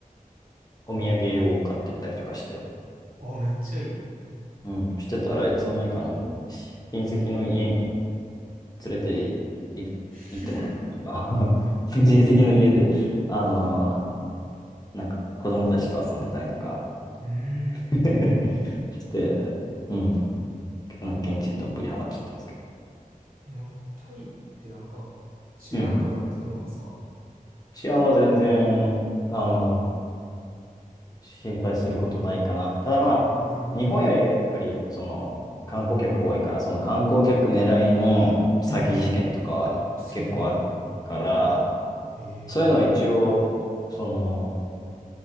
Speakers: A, on the left (about 25°); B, on the right (about 80°).
A: お土産を買ってったりとかして、
B: あ、めっちゃいい。
A: うん、してたらいつの間にかあの親戚の家に連れてい
B: <laughs>
A: 行ってもらったりとか <laughs> 親戚の家で、あのーなんか子供たちと遊んでたりとか
B: うーん。
A: <laughs> して、うん、結構なんか現地にどっぷりハマっちゃってますけ
B: えなんか、タイってなんか、治安とかってどうなんすか
A: ど、うん、治安は全然、あの、心配することないかな。ただまあ、
B: ええ
A: 日本よりはやっぱり、その、観光客多いから、その観光客狙いの詐欺事件とかは結構あるから、
B: うん。あ、そうなんや。え
A: そういうのは一応、その、